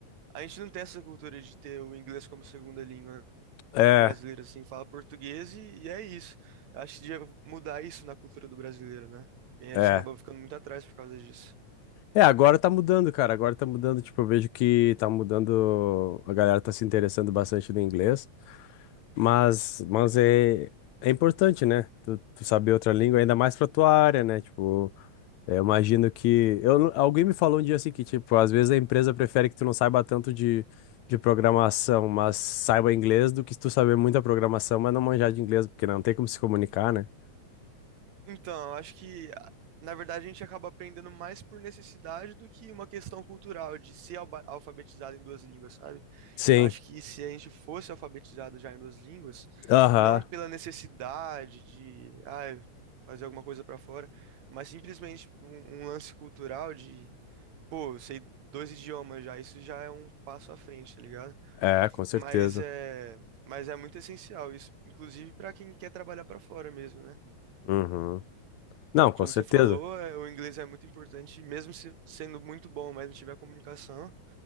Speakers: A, on the right; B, on the left.
A: a gente não tem essa cultura de ter o inglês como segunda língua.
B: É,
A: brasileiro assim fala português e, e é isso. Eu Acho que devia mudar isso na cultura do brasileiro, né? Porque a
B: é.
A: gente acaba ficando muito atrás por causa disso.
B: É, agora tá mudando, cara. Agora tá mudando. Tipo, eu vejo que tá mudando. A galera tá se interessando bastante no inglês. Mas, mas é, é importante, né? Tu, tu saber outra língua, ainda mais pra tua área, né? Tipo, é, eu imagino que. Eu, não- alguém me falou um dia assim que, tipo, às vezes a empresa prefere que tu não saiba tanto de, de programação, mas saiba inglês do que tu saber muita programação, mas não manjar de inglês, porque não tem como se comunicar, né?
A: Então, eu acho que a- na verdade a gente acaba aprendendo mais por necessidade do que uma questão cultural de ser alba- alfabetizado em duas línguas, sabe?
B: Sim.
A: Eu acho que se a gente fosse alfabetizado já em duas línguas,
B: Aham.
A: não pela necessidade de, ah, fazer alguma coisa pra fora, mas simplesmente um, um lance cultural de Pô, eu sei dois idiomas já, isso já é um passo à frente, tá ligado?
B: É, com certeza.
A: Mas é, mas é muito essencial isso, inclusive pra quem quer trabalhar pra fora mesmo, né?
B: Uhum. Não, com
A: Como
B: certeza.
A: você falou, é, o inglês é muito importante, mesmo se- sendo muito bom, mas não tiver comunicação,